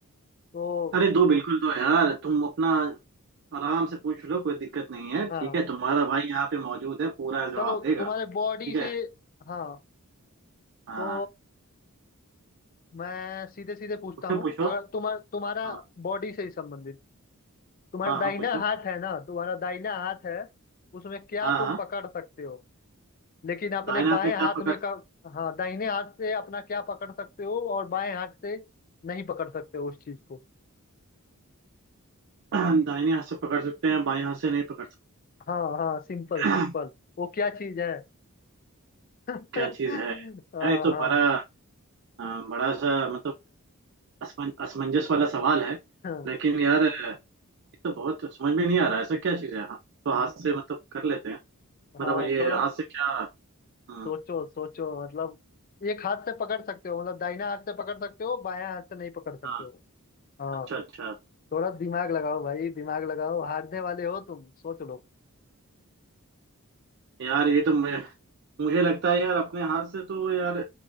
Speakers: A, on the left; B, on the right.
A: तो
B: अरे दो बिल्कुल दो यार तुम अपना आराम से पूछ लो कोई दिक्कत नहीं है
A: हाँ
B: ठीक है तुम्हारा भाई यहाँ पे मौजूद है पूरा जवाब
A: चलो
B: देगा
A: तुम्हारे बॉडी
B: ठीक
A: से
B: है
A: हाँ
B: हाँ
A: तो मैं सीधे सीधे पूछता
B: पूछो
A: हूँ
B: पूछो
A: अगर तुम्हारा तुम्हारा
B: हाँ
A: बॉडी से ही संबंधित तुम्हारा
B: हाँ
A: दाहिना
B: हाँ पूछो
A: हाथ है ना तुम्हारा दाहिना हाथ है उसमें क्या
B: हाँ
A: तुम
B: हाँ
A: पकड़ सकते हो लेकिन अपने
B: दाहिने हाथ
A: बाएं
B: में
A: हाथ
B: क्या पकड़
A: में का हाँ दाहिने हाथ से अपना क्या पकड़ सकते हो और बाएं हाथ से नहीं पकड़ सकते हो उस चीज को
B: सक- <clears throat> दाहिने हाथ से पकड़ सकते हैं बाएं हाथ से नहीं पकड़
A: हाँ हाँ सिंपल
B: सकते
A: सिंपल
B: <clears throat>
A: वो क्या चीज है <laughs>
B: क्या चीज
A: हाँ
B: है यार ये तो
A: हाँ
B: बड़ा अ, बड़ा सा मतलब असमं, असमंजस वाला सवाल है
A: <laughs>
B: लेकिन यार अ, ये तो बहुत समझ में नहीं आ रहा है ऐसा क्या चीज है हाँ, तो हाथ से मतलब कर लेते हैं मतलब
A: हाँ
B: ये
A: थोड़ा
B: हाथ से क्या हम्म,
A: सोचो सोचो मतलब एक हाथ से पकड़ सकते हो मतलब दाहिना हाथ से पकड़ सकते हो बायां हाथ से नहीं पकड़ सकते
B: हाँ
A: हो हाँ।
B: अच्छा अच्छा
A: थोड़ा दिमाग लगाओ भाई दिमाग लगाओ हारने वाले हो तुम सोच लो
B: यार ये तो मैं मुझे लगता है यार अपने हाथ से तो यार